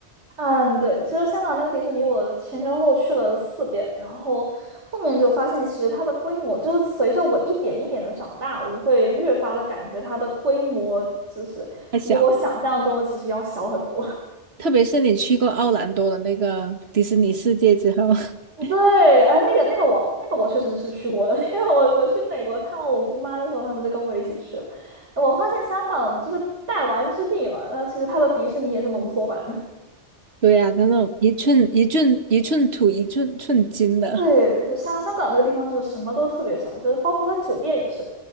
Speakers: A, on the right; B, on the right.
A: 嗯，对，其实香港那个迪士尼，我前前后后去了四遍，然后后面就发现，其实它的规模就是随着我一点一点的长大，我会越发的感觉它的规模就是比我想象中的其实要小很多。
B: 太小了。特别是你去过奥兰多的那个迪士尼世界之后，<laughs>
A: <laughs> 对，哎，那个那个我那个我确实是去过的，<laughs> 因为我我去美国探望我姑妈的时候，他们就跟我一起去了。我发现香港就是弹丸之地嘛，然后其实它的迪士尼也是浓缩版。的。
B: 对呀、那种一寸一寸一寸土一寸寸金的，
A: 对，就香香港这个地方就是什么都特别小，就是包括它酒店也是，